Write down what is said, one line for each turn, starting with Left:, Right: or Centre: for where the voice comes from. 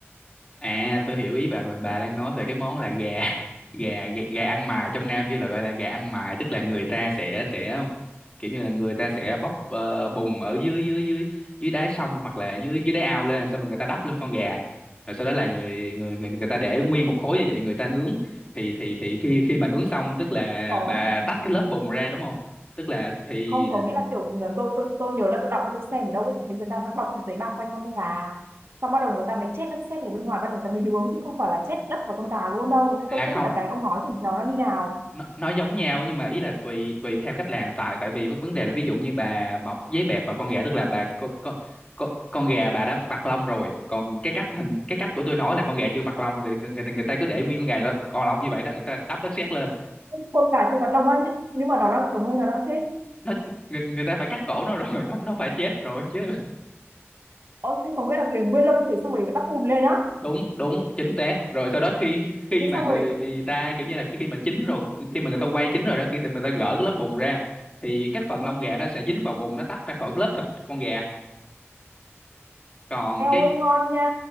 Left: À tôi hiểu ý bà rồi Bà đang nói về cái món là gà <laughs> Gà gà, gà ăn mài trong Nam kia là gọi là gà ăn mài Tức là người ta sẽ sẽ kiểu như là người ta sẽ bóc ờ, bùn ở dưới dưới dưới dưới đáy sông hoặc là dưới dưới đáy ao lên xong rồi người ta đắp lên con gà rồi sau đó là người người người người ta để nguyên một khối như vậy người ta nướng thì thì thì khi khi mà nướng xong tức là
Right: Có,
Left: bà
Right: ừm,
Left: tách cái lớp bùn ra đúng không tức là thì
Right: không có nghĩa là kiểu là tôi tôi tôi nhớ là tôi đọc tôi xem ở đâu ấy, tôi thấy người ta vẫn bọc cái giấy bao quanh con gà xong bắt đầu người ta mới chết đất sét ở bên ngoài bắt đầu người ta mới nướng chứ không phải là chết đất và con gà luôn đâu nên
Left: à
Right: tôi
Left: không
Right: không biết là cái ông nói thì nó nó như nào
Left: nó, nó giống nhau nhưng mà ý là tùy tùy theo cách làm tại tại vì vấn vấn đề là ví dụ như bà bọc giấy bẹt vào con gà tức là bà con con con, con gà bà đã vặt lông rồi còn cái cách hình cái cách của tôi nói là con gà chưa vặt lông người người, người, người ta cứ để nguyên con gà đó, còn lông như vậy đó người ta đắp đất sét lên
Right: con gà chưa bật lông á nhưng mà nó đang sống hay nó đang chết
Left: nó người, người ta phải cắt cổ nó rồi <laughs> nó nó phải chết rồi chứ
Right: Ồ, thế có nghĩa là liền nguyên lông thì xong rồi đắp bùn lên á
Left: đúng đúng chính xác rồi sau đó khi khi
Right: thế
Left: mà
Right: xong
Left: người
Right: rồi
Left: ta kiểu như là khi khi mà chín rồi khi mà người ta quay chín rồi đó khi mà người ta gỡ cái lớp bùn ra thì các phần lông gà nó sẽ dính vào bùn nó tách ra khỏi cái lớp thịt con gà còn
Right: eo
Left: cái
Right: ơi ngon nha